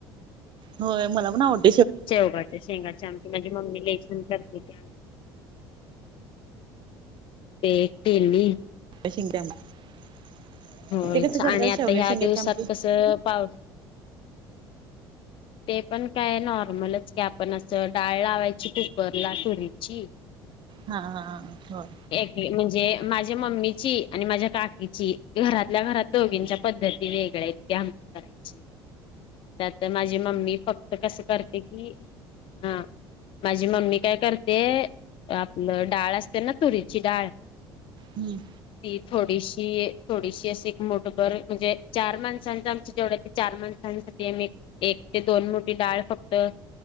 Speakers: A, on the right; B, on the left.
A: होय मला पण आवड
B: शेवगाचे शेंगाचे आमटी म्हजे मम्मी लई छान करते त्या. ते केली
A: <unintelligible>
B: होय
A: ते कसं
B: छान
A: करतात
B: आणि आता
A: शेवग्या
B: ह्या
A: शेंगाची
B: दिवसात
A: आमटी
B: कसं पाव ते पण काय नॉर्मलच की, आपण असं डाळ लावायची कुकरला तुरीची. <inaudible>
A: हा हा हा होय.
B: हे म्हणजे माझ्या मम्मीची आणि माझ्या काकीची. घरातल्या घरात दोघींच्या पद्धती वेगळ्या इतक्या <unintelligible> करायची. त्यात माझी मम्मी फक्त कसं करते की हा. माझी मम्मी काय करते आपलं डाळ असते ना तुरीची डाळ
A: हम्म.
B: ती थोडीशी थोडीशी एक मोठभर म्हणजे चार माणसांचं आमच्या जेवढ आहे ते चार माणसांसाठी आम्ही एक ते दोन मोठी डाळ फक्तं,